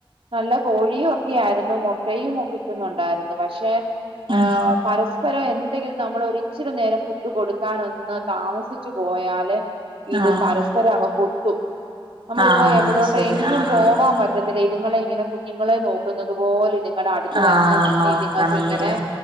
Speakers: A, on the right (about 80°); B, on the right (about 65°).
A: നല്ല കോഴിയൊ ക്കെ ആയിരുന്നു മുട്ടയും കിട്ടുന്നുണ്ടായിരുന്നു പക്ഷെ ആ
B: ഉം
A: പരസ് പരം എന്തെങ്കിലും നമ്മൾ ഒരിച്ചിരി നേരം ഫുഡ് കൊടുക്കാനൊന്ന് താമസിച്ചു പോയാല് ഇത്
B: ആഹ്
A: പരസ്പരം അങ്ങ് കൊത്തും നമ്മളിപ്പോ
B: ആഹ്
A: എവിടോട്ട്
B: അത് ശരി
A: എങ്ങും
B: ആഹ്
A: പോവാൻ
B: ആഹ്
A: പറ്റ ഇതുങ്ങളെ ഇങ്ങനെ കുഞ്ഞുങ്ങളെ നോക്കുന്നുന്നത് പോലെ ഇത്ങ്ങടെ അടുത്ത്
B: ആഹ്
A: തന്നെ നിന്ന്
B: നോക്കണംന്നില്ലേ
A: ഇതുങ്ങക്ക് ഇങ്ങനെ